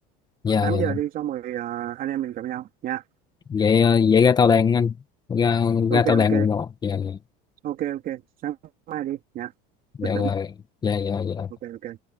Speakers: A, on the left; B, on the right.
A: dạ
B: 8
A: dạ
B: giờ đi xong rồi à, anh em mình gặp nhau nha.
A: vậy ờ, vậy ra tao đàn anh ra
B: Ok
A: ra tao đàn
B: ok,
A: một một dạ dạ
B: ok ok, sáng mai đi nha.
A: dạ
B: Bình tĩnh.
A: rồi dạ dạ dạ
B: Ok ok.